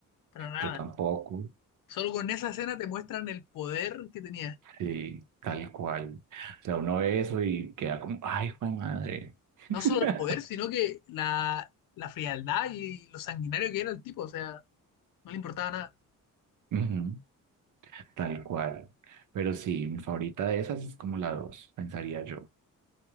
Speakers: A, on the left (about 85°); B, on the right (about 70°).
A: Para nada.
B: Yo tampoco.
A: Solo con esa escena te muestran el poder que tenía.
B: Sí, tal cual. O sea, uno ve eso y queda como, ay, fue madre.
A: No
B: <laughs>
A: solo el poder, sino que la, la frialdad y lo sanguinario que era el tipo. O sea, no le importaba nada.
B: Ujú. Tal cual. Pero sí, mi favorita de esas es como la dos, pensaría yo.